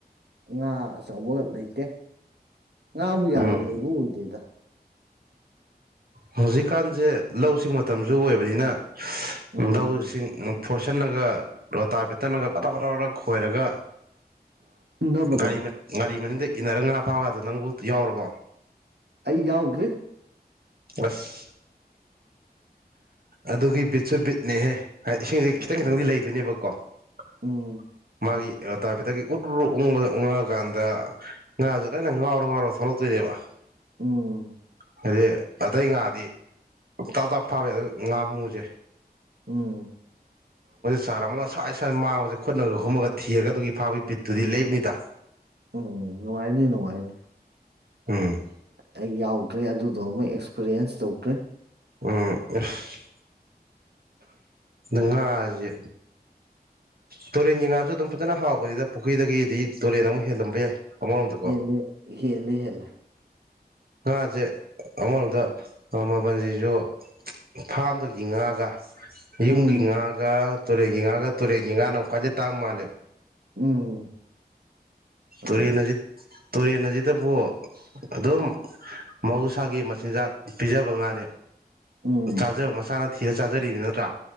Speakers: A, on the right; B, on the right.
A: ꯉꯥ ꯑꯆꯧꯕ ꯂꯩꯇꯦ ꯉꯥꯕꯨ ꯌꯥꯝꯅ
B: ꯎꯝ
A: ꯂꯩꯕ ꯎꯗꯦꯗ
B: ꯍꯧꯖꯤꯛꯀꯥꯟꯁꯦ ꯂꯧꯁꯤꯡ ꯃꯇꯝꯁꯨ ꯑꯣꯏꯕꯅꯤꯅ
A: ꯎꯝ
B: ꯂꯧꯁꯤꯡ
A: ꯎꯝ
B: ꯐꯣꯔꯁꯟ ꯅꯥꯒꯥ ꯂꯣꯇꯥꯕꯤ ꯑꯗꯨꯅꯒ ꯄꯊꯞ ꯄꯊꯞ ꯈꯣꯏꯔꯒ
A: ꯎꯅꯕꯗꯣ
B: ꯒꯥꯔꯤ ꯉꯥ ꯒꯥꯔꯤ ꯃꯅꯨꯡꯗ ꯏꯟꯅꯔꯒ ꯉꯥ ꯐꯥꯕꯒꯗꯨ ꯅꯪꯕꯨ ꯌꯥꯎꯔꯕꯣ
A: ꯑꯩ ꯌꯥꯎꯗ꯭ꯔꯤ
B: ꯑꯁ ꯑꯗꯨꯒꯤ ꯕꯤꯠꯁꯨ ꯕꯤꯠꯅꯦꯍꯦ ꯍꯥꯏꯗꯤ ꯏꯁꯤꯡꯁꯦ ꯈꯤꯇꯪ
A: ꯎꯝ
B: ꯈꯤꯇꯪꯗꯤ ꯂꯩꯗꯣꯏꯅꯦꯕꯀꯣ <unintelligible>
A: ꯎꯝ
B: ꯃꯥꯒꯤ ꯇꯐꯦꯠꯇꯒꯤ ꯎꯔꯨꯔ ꯎ ꯎꯪꯉꯛꯑꯀꯥꯟꯗ ꯉꯥꯥꯁꯦ ꯂꯣꯏꯅ ꯉꯥꯎꯔꯣ ꯉꯥꯎꯔ ꯊꯣꯛꯂꯛꯇꯣꯏꯅꯦ ꯁꯦꯕ
A: ꯎꯝ
B: ꯍꯥꯏꯗꯤ ꯑꯇꯩ ꯉꯥꯗꯤ ꯇꯞ ꯇꯞ ꯐꯥꯕꯥ ꯑꯗ ꯉꯥ ꯃꯨꯁꯦ
A: ꯎꯝ
B: ꯆꯥꯔꯝꯃꯒ ꯁ꯭ꯋꯥꯏ ꯁ꯭ꯏ ꯃꯥꯡꯕꯁꯦ ꯈꯨꯠꯅꯒ ꯍꯨꯝꯃꯒ ꯊꯤꯔꯒ ꯑꯗꯨꯒꯤ ꯐꯥꯕꯒꯤ ꯕꯤꯠꯇꯨꯗꯤ ꯂꯩꯕꯅꯤꯗ
A: ꯎꯝ ꯅꯨꯡꯉꯥꯏꯅꯤ ꯅꯨꯡꯉꯥꯏꯅꯤ
B: ꯎꯝ
A: ꯑꯩ ꯌꯥꯎꯗ꯭ꯔꯦ ꯑꯗꯨꯗꯣ ꯑꯃꯨꯛ ꯑꯦꯛꯁꯄꯔꯤꯌꯦꯟꯁ ꯇꯧꯗ꯭ꯔꯦ
B: ꯎꯝ ꯎꯁ ꯉꯥ ꯁꯦ ꯇꯨꯔꯦꯟꯒꯤ ꯉꯥꯁꯨ ꯑꯗꯨꯝ ꯐꯖꯅ ꯍꯥꯎꯕꯅꯤꯗ ꯄꯨꯈ꯭ꯔꯤꯗꯒꯤꯗꯤ ꯇꯨꯔꯦꯟꯅꯥ ꯑꯃꯨꯛ ꯍꯦꯜꯂꯝꯕ ꯌꯥꯏ ꯑꯃꯔꯣꯝꯗꯀꯣ
A: ꯍꯦꯜꯂꯦ ꯍꯦꯜꯂꯦ ꯍꯦꯜꯂꯦ
B: ꯉꯥꯁꯦ ꯑꯃꯔꯣꯝꯗ ꯃꯃꯜꯁꯤꯁꯨ ꯐꯥꯔꯝ ꯗꯒꯤ ꯉꯥ ꯒꯥ ꯌꯨꯝꯒꯤ
A: ꯎꯝ
B: ꯉꯥꯒ ꯇꯨꯔꯦꯟꯒꯤ ꯉꯥꯒ ꯇꯨꯔꯦꯟꯒꯤ ꯉꯥꯅ ꯑꯃꯨꯛ ꯈꯋ꯭ꯥꯏꯗꯩ ꯇꯥꯡꯕ ꯃꯥꯜꯂꯦ
A: ꯎꯝ
B: ꯇꯨꯔꯦꯜ
A: ꯑꯗꯨ
B: ꯅꯥꯗꯤ ꯇꯨꯔꯦꯟ ꯑꯁꯤꯗꯕꯨ ꯑꯗꯨꯝ ꯃꯍꯧꯁꯥꯒꯤ ꯃꯆꯤꯟꯖꯥꯛ ꯄꯤꯖꯕ ꯉꯥꯅꯤ
A: ꯎꯝ
B: ꯆꯥꯖꯕ ꯃꯁꯥꯅ ꯊꯤꯔ ꯆꯥꯖꯔꯤꯅꯤ ꯅꯠꯇ꯭ꯔꯥ